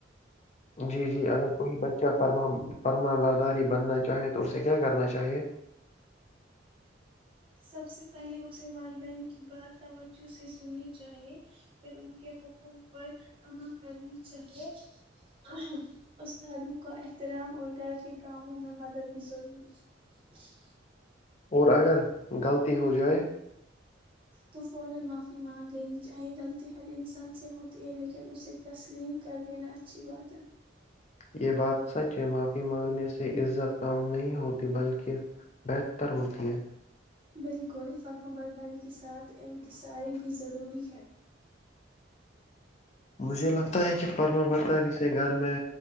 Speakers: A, on the left; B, on the right.
A: جی جی اگر کوئی بچہ فرما فرما برداری بننا چاہیں تو اسے کیا کرنا چاہیے
B: <unintelligible>
A: اور اگر غلطی ہو جائے
B: تو فورا معافی مانگ لینی چاہیے غلطی ہر انسان سے ہوتی ہے لیکن اسے تسلیم کر لینا اچھی بات ہے
A: یہ بات سچ ہے معافی مانگنے سے عزت کم نہیں ہوتی بلکہ بہتر ہوتی ہے
B: بالکل فرم برداری کے ساتھ انکصاری بھی ضروری ہے
A: مجھے لگتا ہے کہ فرما برتاری سے گھر میں